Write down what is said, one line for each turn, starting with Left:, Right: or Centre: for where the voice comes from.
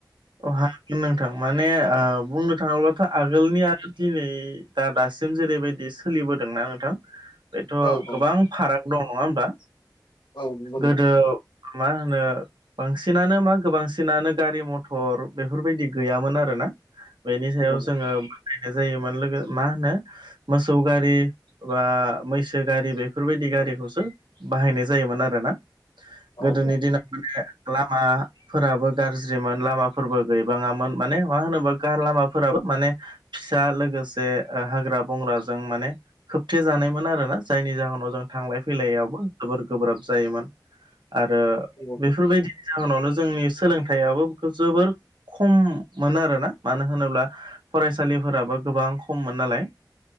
Right: अ हागोन नोंथां माने ओ बुंनो थाङोब्लाथ' आगोलनि आरो दिनै दा-दासिम जेरैबायदि सोलिबोदोंना नोंथां बेथ'
Left: औ
Right: गोबां
Left: औ
Right: फाराग दं नङा होमबा
Left: औ नंगौ नंगौ
Right: गोदो मा होनो बांसिनानो मा गोबांसिनानो गारि मथ थर बेफोरबायदि गैयामोन आरोना बेनि सायाव
Left: नंगौ
Right: जोङो <unintelligible> जायोमोन लोगो मा होनो मोसौ गारि बा मैसो गारि बेफोरबायदि गारिखौसो बाहायनाय जायोमोन आरो ना।
Left: औ
Right: गोदोनि दिनाव माने लामाफोराबो गारज्रिमोन। लामाफोरबो गैबाङामोन माने मा होनोबा गा लामाफोराबो माने फिसा लोगोसे ओ हाग्रा बंग्राजों माने खोबथे जानायमोन आरोना जायनि जाहोनाव जों थांलाय फैलाययावबो जोबोर गोब्राब जायोमोन आरो
Left: औ
Right: बेफोरबादि जाहोनावनो जोंनि सोलोंथाइयाबो जोबोर खम मोनो आरोना मानो होनोब्ला फरायसालिफोराबो गोबां खममोन नालाय।